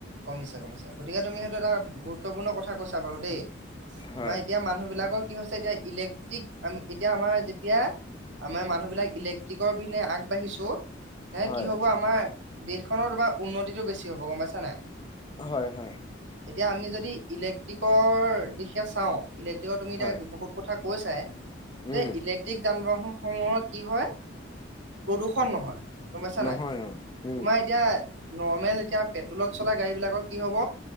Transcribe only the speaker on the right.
কমিছে কমিছে গতিকে তুমি সেইটো এটা গুৰুত্বপূৰ্ণ কথা কৈছা বাৰু দেই
আমাৰ এতিয়া মানুহ বিলাকৰ কি হৈছে এতিয়া ইলেক্ট্ৰিক আমি এতিয়া আমাৰ যেতিয়া আমাৰ মানুহ বিলাক ইলেক্ট্ৰিকৰ পিনে আগবাঢ়িছো এ
কি হব আমাৰ দেশখনৰ তোমাৰ উন্নতিটো বেছি হ'ব গম পাইছা নাই?
এতিয়া আমি যদি ইলেক্ট্ৰিকৰ দিশে চাওঁ ইলেক্ট্ৰিকৰ তুমি এতিয়া
বহুত কথা কৈছাই।
যে ইলেক্ট্ৰিক যান বাহন সমূহৰ কি হয় প্ৰদূ্ষন নহয়। গম পাইছা
নাই
তোমাৰ এতিয়া নৰ্মেল এতিয়া পেট্ৰলত চলা গাড়ী বিলাকৰ কি হব